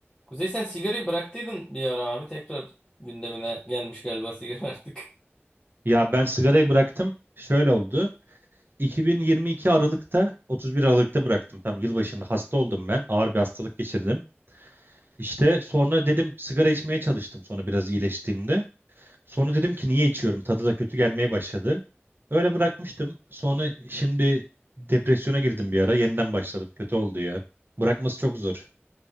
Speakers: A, on the left; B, on the right.
A: Kuzey sen sigarayı bıraktıydın bir ara abi. Tekrar gündemine gelmiş galiba sigara artık.
B: Ya ben sigarayı bıraktım. Şöyle oldu. 2022 Aralık'ta, 31 Aralık'ta bıraktım. Tam yılbaşında hasta oldum ben. Ağır bir hastalık geçirdim. İşte sonra dedim sigara içmeye çalıştım sonra biraz iyileştiğimde. Sonra dedim ki niye içiyorum? Tadı da kötü gelmeye başladı. Öyle bırakmıştım. Sonra şimdi depresyona girdim bir ara. Yeniden başladım. Kötü oldu ya. Bırakması çok zor.